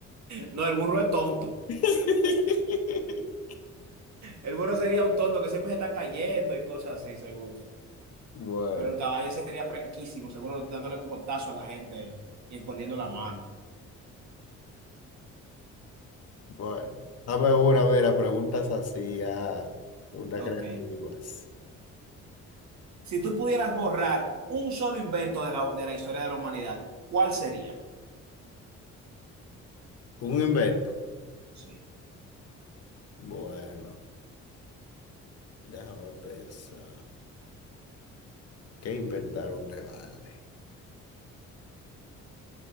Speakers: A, on the right; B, on the left.
A: No, el burro es tonto.
B: <laughs>
A: El burro sería un tonto que siempre se está cayendo y cosas así, seguro.
B: Bueno,
A: Pero el caballo sería fresquísimo, seguro dándole cocotazo a la gente y escondiendo la mano.
B: bueno. Dame una, mira, preguntas así, ah, preguntas
A: Ok.
B: creativas.
A: Si tú pudieras borrar un solo invento de la, de la historia de la humanidad, ¿cuál sería?
B: Un invento.
A: Sí.
B: Bueno, déjame pensar. ¿Qué inventaron de balde?